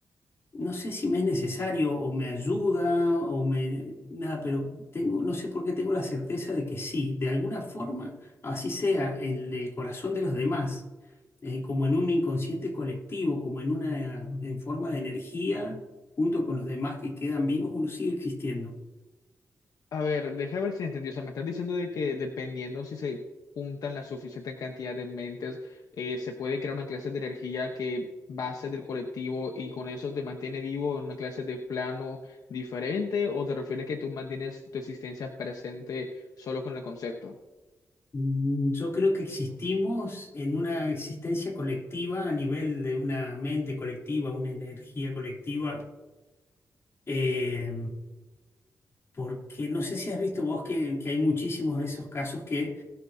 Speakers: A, on the left (about 45°); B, on the left (about 80°).
A: no sé si me es necesario o me ayuda o me... Nada, pero tengo, no sé por qué tengo la certeza de que sí, de alguna forma, así sea en el corazón de los demás, eh, como en un inconsciente colectivo, como en una, en forma de energía, junto con los demás que quedan vivos, uno sigue existiendo.
B: A ver, déjame ver si entendí. O sea, me estás diciendo de que dependiendo si se juntan la suficiente cantidad de mentes, eh, se puede crear una clase de energía que base del colectivo y con eso te mantiene vivo en una clase de plano diferente, o te refieres que tú mantienes tu existencia presente solo con el concepto?
A: Mm, Yo creo que existimos en una existencia colectiva a nivel de una mente colectiva, una energía colectiva Eh, porque no sé si has visto vos que, que hay muchísimos de esos casos que